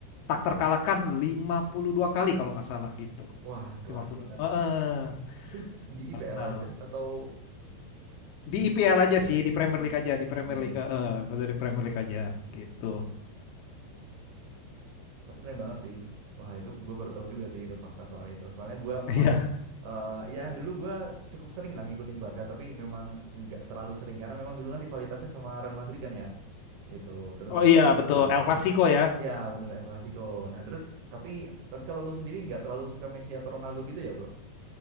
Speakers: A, on the left; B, on the right.
A: tak terkalahkan 52 kali kalau nggak salah gitu.
B: Wah, kelas
A: 52.
B: banget.
A: Heeh,
B: Itu di IPL
A: Arsenal.
B: aja atau di
A: Di
B: keseluruhan?
A: IPL aja sih, di
B: Hmm,
A: Premier League aja, di Premier
B: iya
A: League,
B: iya.
A: heeh, kalau dari Premier League aja gitu.
B: Tapi keren banget sih. Wah itu gue baru tahu juga sih itu fakta soal itu. Soalnya gue
A: Iya.
B: memang eh, ya dulu gue cukup sering lah ngikutin Barca, tapi memang nggak terlalu sering karena memang dulu kan rivalitasnya sama Real Madrid kan ya. Itu terus
A: Oh iya, betul.
B: ya,
A: El Clasico ya.
B: ya bener El Clasico. Nah terus tapi tapi kalau lu sendiri nggak terlalu suka Messi atau Ronaldo gitu ya bro?